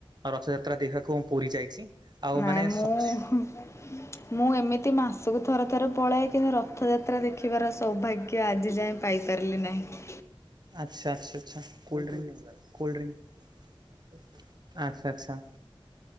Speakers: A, on the right; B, on the left.
A: ରଥଯାତ୍ରା ଦେଖିବାକୁ ମୁଁ ପୁରୀ ଯାଇଛି ଆଉ
B: ନାଇଁ
A: ମାନେ
B: ମୁଁ
A: ସ
B: ମୁଁ ଏମିତି ମାସକୁ ଥରେ ଥରେ ପଳାଏ କିନ୍ତୁ ରଥଯାତ୍ରା ଦେଖିବାର ସୌଭାଗ୍ୟ ଆଜି ଯାଏଁ ପାଇସାରିଲି ନାହିଁ।
A: ଆଛା -ଆଛା -ଆଛା କୋଲ୍ଡରିଙ୍କ-କୋଲ୍ଡରୀଙ୍କ୍ ଆଛା -ଆଛା।